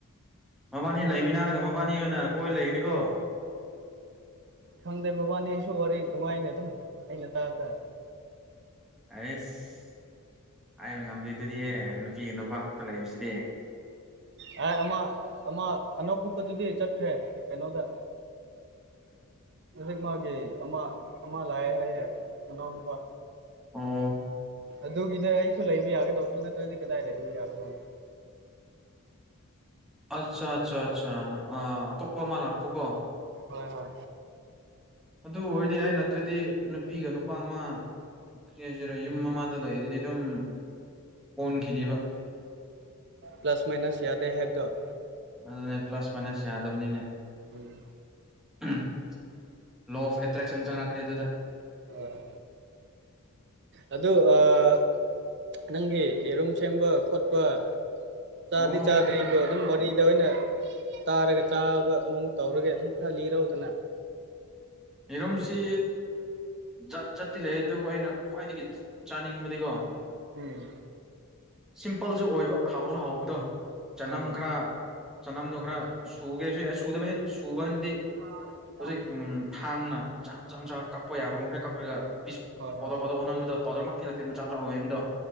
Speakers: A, in the centre; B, on the right (about 50°).
A: ꯃꯕꯥꯅꯤ ꯂꯩꯃꯤꯟꯅꯔꯒ ꯃꯕꯥꯅꯤ ꯑꯣꯏꯅ ꯀꯣꯏ ꯂꯩꯒꯅꯤꯀꯣ꯫
B: ꯈꯪꯗꯦ ꯃꯕꯥꯅꯤꯁꯨ ꯋꯥꯔꯤ ꯅꯨꯡꯉꯥꯏꯅꯦ ꯑꯗꯨꯝ ꯑꯩꯅ ꯇꯥꯕꯗ꯫
A: ꯑꯩꯁ ꯍꯥꯏꯕ ꯉꯝꯗꯦ ꯑꯗꯨꯗꯤꯍꯦ ꯅꯨꯄꯤꯒ ꯅꯨꯄꯥ ꯈꯛꯇ ꯂꯩꯕꯁꯤꯗꯤ꯫
B: ꯍꯥꯏ ꯑꯃ ꯑꯃ ꯑꯅꫭꯠ ꯎꯞꯄꯗꯨꯗꯤ ꯆꯠꯈ꯭ꯔꯦ ꯀꯩꯅꯣꯗ꯫ ꯍꯧꯖꯤꯛ ꯃꯥꯒꯤ ꯑꯃ ꯑꯃ ꯂꯥꯛꯑꯦ ꯍꯥꯏꯌꯦ ꯃꯅꯥꯎꯅꯨꯄꯥ꯫
A: ꯑꯣ
B: ꯑꯗꯨꯒꯤꯅꯦ ꯑꯩꯁꯨ ꯂꯩꯕ ꯌꯥꯒꯦ ꯇꯧꯕꯗꯨ ꯅꯠꯇ꯭ꯔꯗꯤ ꯀꯗꯥꯏ ꯂꯩꯕ ꯌꯥꯒꯗꯧꯅꫭ꯫
A: ꯑꯆꯥ ꯆꯥ꯫ ꯆꯥ ꯑꯇꯣꯛꯄ ꯑꯃ ꯂꯥꯛꯄꯀꯣ꯫
B: ꯍꯣꯏ-ꯍꯣꯏ꯫
A: ꯑꯗꯨ ꯑꯣꯏꯔꯗꯤ ꯑꯩ ꯅꯠꯇ꯭ꯔꯗꯤ ꯅꯨꯄꯤꯒ ꯅꯨꯄꯥ ꯑꯃ ꯀꯩ ꯍꯥꯏꯁꯤꯔꯦ ꯌꯨꯝ ꯑꯃꯥꯗ ꯂꯩꯔꯗꯤ ꯑꯗꯨꯝ ꯑꯣꯟꯈꯤꯅꯤꯕ꯫
B: ꯄ꯭ꯂꯁ ꯃꯥꯏꯅꯁ ꯌꯥꯗꯦ ꯍꯥꯏꯕꯗꫭ꯫
A: ꯑꯗꯨꯅꯦ ꯄ꯭ꯂꯁ ꯃꯥꯏꯅꯁ ꯌꯥꯗꯕꯅꯤꯅꯦ꯫
B: ꯎꯝ꯫
A: <unintelligible> ꯂꯣ ꯑꯣꯐ ꯑꯦꯇ꯭ꯔꯦꯛꯁꯟ ꯆꯪꯉꯛꯀꯅꯤ ꯑꯗꯨꯗ꯫
B: ꯍꫭꯏ ꯑꯗꯨ ꯑꯥ ꯅꯪꯒꯤ ꯌꯦꯔꯨꯝ ꯁꯦꯝꯕ ꯈꯣꯠꯄ ꯆꯥꯗꯤ
A: ꯑꯣ
B: ꯆꯥꯗ꯭ꯔꯤꯗꯣ ꯑꯗꯨꯝ ꯋꯥꯔꯤꯗ ꯑꯣꯏꯅ ꯇꯥꯔꯒ ꯆꯥꯕ ꯃꯑꯣꯡ ꯇꯧꯔꯒꯦ ꯑꯗꯨꯝ ꯈꯔ ꯂꯤꯔꯧꯗꯅ꯫
A: ꯌꯦꯔꯨꯝꯁꯤ ꯖꯥꯠ ꯖꯥꯠꯇꯤ ꯂꯩ ꯑꯗꯨꯕꯨ ꯑꯩꯅ ꯈ꯭ꯋꯥꯏꯗꯒꯤ ꯆꯥꯅꯤꯡꯕꯗꯤꯀꯣ
B: ꯎꯝ꯫
A: ꯁꯤꯝꯄꯜꯁꯨ ꯑꯣꯏꯕ ꯍꯥꯎꯁꯨ ꯍꯥꯎꯕꯗꯣ꯫ ꯆꯅꯝ
B: ꯎꯝ
A: ꯈꯔ ꯆꯅꯝꯗꯣ ꯈꯔ ꯁꯨꯒꯦꯁꯨ ꯌꯥꯏ ꯁꯨꯗꯕ ꯍꯦꯛ ꯁꯨꯕꯅꯗꯤ
B: <inaudible>
A: ꯍꯧꯖꯤꯛ ꯎꯝ ꯊꯥꯡꯅ ꯃꯆꯥ ꯃꯆꯥ ꯃꯆꯥ ꯀꯛꯄ ꯌꯥꯕ ꯃꯈꯩ ꯀꯛꯔꯒ ꯄꯤꯁ
B: ꯍꯣꯏ
A: ꯄꯣꯗꯧ-ꯄꫭꯗꯧ ꯑꯣꯟꯍꯟꯕꯗꫭ ꯄꯥꯎꯗꯔꯃꯛꯇꯤ ꯅꯠꯇꯦ ꯃꯆꯥ ꯃꯆꯥ ꯑꯣꯏꯍꯟꯕꯗꫭ꯫